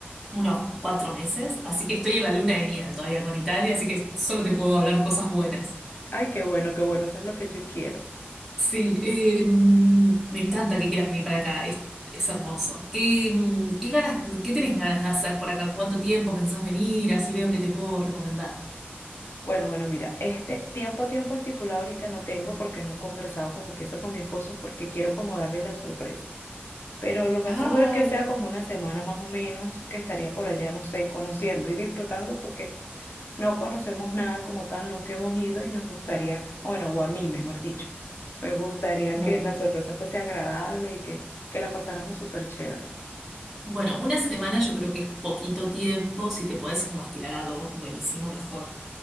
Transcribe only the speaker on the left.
Ay, qué bueno, qué bueno, eso es lo que yo quiero.
Bueno, bueno, mira, este tiempo, tiempo estipulado ahorita no tengo porque no he conversado como que eso con mi esposo porque quiero como darle la sorpresa. Pero lo más
seguro es que sea como una semana más o menos que estaría por allá, no sé, conociendo y disfrutando porque no conocemos nada como tal, nunca hemos ido y nos gustaría, bueno, o a mí mejor dicho, me gustaría
que la sorpresa fuese agradable y que, que la pasáramos súper chévere.